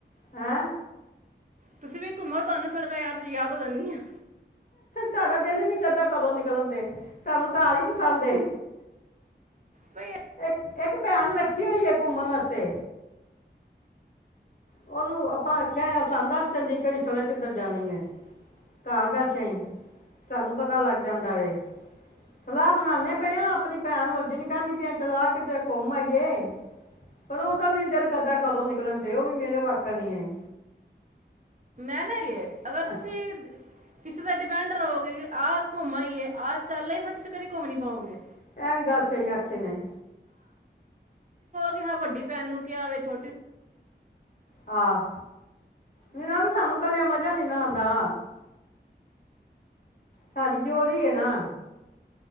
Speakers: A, on the left (about 50°); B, on the right (about 45°).
A: ਹੈਂ
B: ਤੁਸੀਂ ਵੀ ਘੁੰਮੋ ਤੁਹਾਨੂੰ ਸੜਕਾਂ ਯਾਦ ਯਾਦ ਹੋ ਜਾਣਗੀਆਂ
A: ਸਾਡਾ ਦਿਲ ਹੀ ਨੀ ਕਰਦਾ ਘਰੋਂ ਨਿਕਲਣ ਦੇ ਸਾਨੂੰ ਘਰ ਹੀ ਪਸੰਦ ਏ
B: ਭਈ
A: ਇੱਕ ਇੱਕ ਭੈਣ ਰੱਖੀ ਹੋਈ ਹੈ ਘੁੰਮਣ ਵਾਸਤੇ ਓਹਨੂੰ ਆਪਾ ਆਖਿਆ ਏ ਸਾਨੂੰ ਦਸ ਦੇਂਦੀ ਸੜਕ ਕਿਦਰ ਜਾਣੀ ਏ ਘਰ ਬੈਠੇ ਸਾਨੂੰ ਪਤਾ ਲੱਗ ਜਾਂਦਾ ਏ ਸਲਾਹ ਬਣਾਂਦੇ ਪਏ ਆ ਆਪਣੀ ਭੈਣ ਵੱਡੀ ਨੂੰ ਕਹਿੰਦੀ ਪਈ ਚਲ ਆ ਕਿਤੇ ਘੁੰਮ ਆਈਏ ਓਦਾ ਵੀ ਮੇਰੀ ਦਿਲ ਕਰਦਾ ਘਰੋਂ ਨਿਕਲਣ ਤੇ ਉਹ ਮੇਰਾ ਵਾਕਿਆ ਨੀ ਹੈ
B: ਮੈਂ ਨਾ ਲੀਯੇ ਅਗਰ
A: ਅਹ,
B: ਤੁਸੀਂ ਕਿਸੇ ਤੇ ਡਿਪੈਂਡ ਰਹੋਗੇ ਕਿ ਆਹ ਘੁੰਮ ਹੀਏ ਆਹ ਚੱਲ ਈ ਫਿਰਸੀ ਕਦੇ ਘੁੰਮ ਨੀ ਪਾਓਗੇ
A: ਇਹ ਵੀ ਗੱਲ ਸਹੀ ਆਖੀ ਨੇ
B: ਕਿਹਾ ਵੱਡੀ ਭੈਣ ਨੂੰ ਕਿਹਾ ਵੇ ਛੋਟੀ
A: ਆਹ ਵੀ ਨਾ ਵੀ ਸਾਨੂੰ ਕੱਲ ਮਜਾ ਨੀ ਨਾ ਆਉਂਦਾ ਸਾਡੀ ਜੋੜੀ ਆ ਨਾ